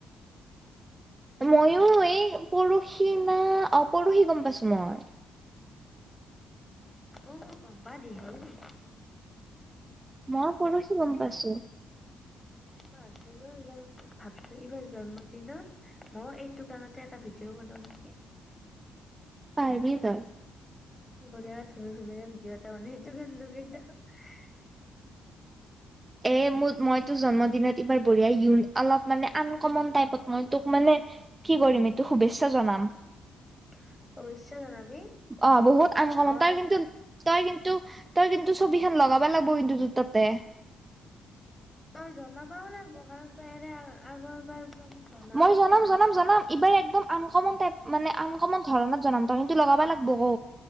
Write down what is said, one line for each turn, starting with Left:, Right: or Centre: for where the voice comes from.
Right: মইয়ো এই পৰহি না অ পৰহি গম পাইছো মই
Left: অ মোৰ গম্পা দীঘল দেই
Right: মই পৰহি গম পাইছো
Left: মই ভাবিছিলো এইবাৰ ভাবছো এইবাৰ জন্ম দিনত মই এইটো গানতে এটা ভিডিঅ' বন নাও নেকে
Right: পাৰবি তই
Left: <unintelligible>
Right: এ মোত মই তোৰ জন্মদিনত এইবাৰ বঢ়িয়াই ইন অলপ মানে আনকমন টাইপত মই তোক মানে কি কৰিম এইটো শুভেচ্ছা জনাম
Left: <unintelligible> অৱশ্যে জনাবি
Right: অ বহুত আন কমন
Left: অ
Right: তই কিন্তু তই কিন্তু তই কিন্তু চবি খন লগাবা লাগিব কিন্তু জোতা তে
Left: তই জনাবা হ'লে বগান্দই এৰা আগৰ বাৰ তই মোক জনাই
Right: মই জনাম
Left: নাই
Right: জনাম জনাম ইবাৰ একদম আন কমন টাইপ মানে আন কমন ধৰণত জনাম ত কিন্তু লগাবা লাগব ক